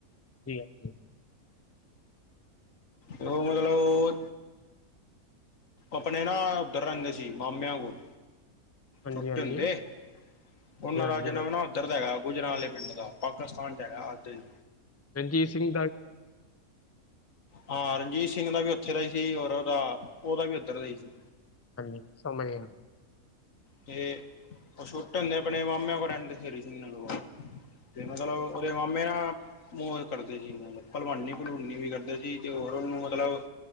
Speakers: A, on the left; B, on the left.
A: <unintelligible>
B: ਔ ਮਤਲਬ ਔ ਅਪਣੇ ਨਾ ਔਧਰ ਰੈਂਦੇ ਸੀ ਮਾਮਿਆਂ ਕੋਲ
A: ਹਾਂਜੀ
B: ਛੋਟੇ
A: ਹਾਂਜੀ
B: ਹੁੰਦੇ। ਔਨਾ
A: ਜੀ ਹਾਂਜੀ
B: ਦਾ ਜਨਮ
A: ਭਾਜੀ
B: ਨਾ ਔਧਰ ਦਾ ਹੈਗਾ ਗੁਜਰਾਂ ਆਲੇ ਪਿੰਡ ਦਾ, ਪਾਕਿਸਤਾਨ 'ਚ ਹੈਗਾ ਅੱਜ ਦੇ ਦਿਨ।
A: ਰਣਜੀਤ ਸਿੰਘ ਦਾ
B: ਹਾਂ ਰਣਜੀਤ ਸਿੰਘ ਦਾ ਵੀ ਔਥੇ ਦਾ ਈ ਸੀ ਔਰ ਔਦਾ, ਔਦਾ ਵੀ ਔਧਰ ਦਾ ਈ ਸੀ।
A: ਹਾਂਜੀ, ਸਮਝ ਗਿਆਂ।
B: ਤੇ ਔ ਛੋਟੇ ਹੁੰਦੇ ਆਪਣੇ ਮਾਮਿਆਂ ਕੋਲ ਰੈਂਦੇ ਸੀ, ਹਰੀ ਸਿੰਘ ਨਲੂਆ ਤੇ ਮਤਲਬ ਔਦੇ ਮਾਮੇ ਨਾ ਮੋਜ ਕਰਦੇ ਜੀ ਨਾਲ। ਭਲਵਾਨੀ-ਭਲਵੂਨੀ ਵੀ ਕਰਦੇ ਸੀ ਤੇ ਹੋਰ ਔਨੂੰ ਮਤਲਬ